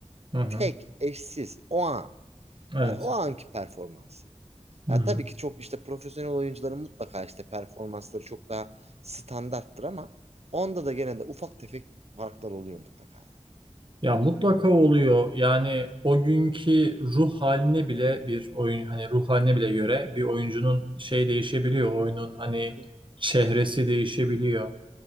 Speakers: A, on the right; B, on the right.
A: Hı hı.
B: Tek, eşsiz, o an.
A: Evet.
B: Yani o anki performansı.
A: Hı
B: Ya
A: hı.
B: tabii ki çok işte profesyonel oyuncuların mutlaka işte performansları çok daha standarttır ama onda da gene de ufak tefek farklar oluyor mutlaka yani.
A: Ya mutlaka oluyor. Yani o günkü ruh haline bile bir oyun hani ruh haline bile göre bir oyuncunun şey değişebiliyor. Oyunun hani
B: Hı hı.
A: çehresi değişebiliyor.